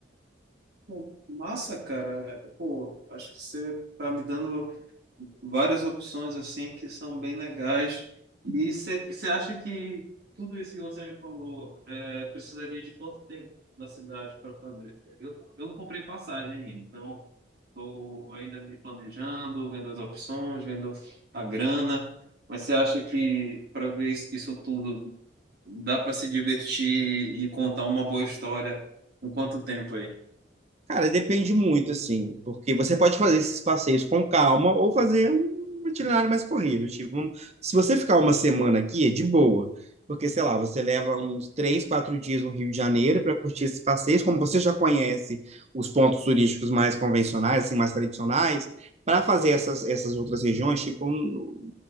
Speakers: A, on the right; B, on the right.
A: pô, massa, cara. Pô, acho que você tá me dando várias opções assim que são bem legais. E você acha que tudo isso que você me falou é, precisaria de quanto tempo na cidade para fazer? Eu, eu não comprei passagem ainda, então estou ainda me planejando, vendo as opções, vendo a grana. Mas você acha que para ver isso isso tudo dá para se divertir e contar uma boa história com quanto tempo aí?
B: Cara, depende muito, assim, porque você pode fazer esses passeios com calma ou fazer um itinerário mais corrido. Tipo, um- se você ficar uma semana aqui, é de boa. Porque, sei lá, você leva uns três, quatro dias no Rio de Janeiro para curtir esses passeios, como você já conhece os pontos turísticos mais convencionais, assim, mais tradicionais, para fazer essas, essas outras regiões, tipo um-